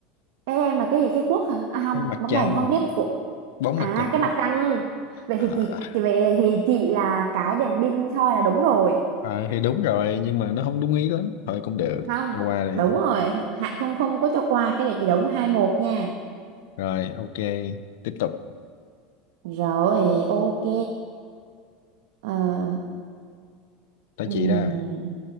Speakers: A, on the right (about 70°); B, on the left (about 80°).
A: cái em là cái gì cái cuốc hả à không
B: cái mặt
A: bóng
B: trăng
A: đèn không biết của
B: bóng
A: à
B: mặt trăng
A: cái mặt trăng vậy
B: à,
A: thì chị chị vậy thì chị là cái đèn pin soi là đúng rồi
B: ờ, thì đúng rồi nhưng mà nó không đúng ý lắm thôi cũng được
A: không
B: cho qua đây
A: đúng rồi hạ không không có cho qua cái này chị đúng hai một nha
B: rồi ok tiếp tục
A: rồi ok Ờ,
B: tới
A: ừm,
B: chị đó